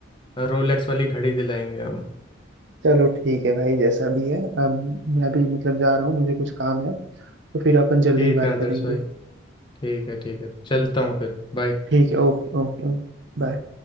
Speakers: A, on the left; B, on the right.
A: रोलेक्स वाली घड़ी दिलाएंगे हम
B: चलो ठीक है भाई जैसा भी है अब मैं भी मतलब जा रहा हूँ मुझे कुछ काम है तो फिर अपन जल्दी
A: ठीक
B: ही बात
A: है आदर्श
B: करेंगे
A: भाई ठीक है ठीक है चलता हूँ फिर बाय
B: ठीक है ओके ओके ओके बाय